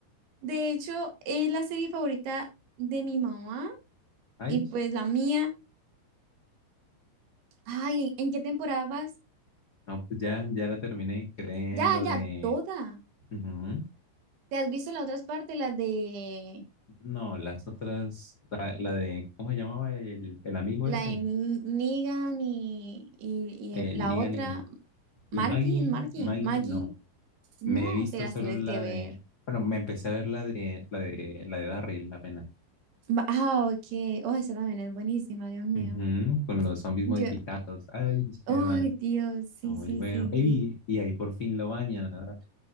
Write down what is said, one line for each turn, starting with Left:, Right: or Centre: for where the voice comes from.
Right: De hecho, es la serie favorita de mi mamá
Left: Ay,
Right: y pues la mía. Ay, ¿en en qué temporada vas?
Left: no, pues ya, ya la terminé, creen
Right: Ya,
Left: lo
Right: ya,
Left: de...
Right: toda.
Left: Ujú.
Right: ¿Te has visto las otras partes, las de
Left: No, las otras, la, la de, ¿cómo se llamaba el, el amigo
Right: la
Left: ese?
Right: de N- Negan y, y,
Left: El
Right: y la
Left: Negan
Right: otra,
Left: y, y
Right: Marky,
Left: Maggie,
Right: Marky,
Left: Maggie,
Right: Maggie?
Left: no.
Right: No,
Left: Me he visto
Right: te las
Left: solo
Right: tienes
Left: la
Right: que ver.
Left: de, bueno, me empecé a ver la de, la de, la de Daryl apenas.
Right: Ba- Ah, ok. Oh, esa también es buenísima, Dios mío.
Left: Ujú, con los zombies
Right: Yo,
Left: modificados. Ay,
Right: ay,
Left: qué más. Está
Right: Dios, sí,
Left: muy
Right: sí,
Left: bueno.
Right: sí,
Left: Ey,
Right: sí.
Left: y ahí por fin lo bañan, ¿verdad?